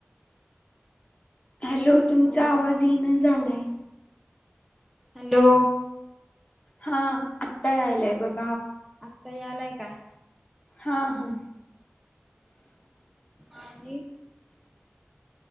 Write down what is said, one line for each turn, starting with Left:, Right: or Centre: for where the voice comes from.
Left: हॅलो तुमचा
Centre: बघूया
Left: आवाज येन झालाय
Centre: हॅलो
Left: हा आत्ता आलाय बघ -
Centre: आत्ता यालाय, काय?
Left: हा हा
Centre: आणि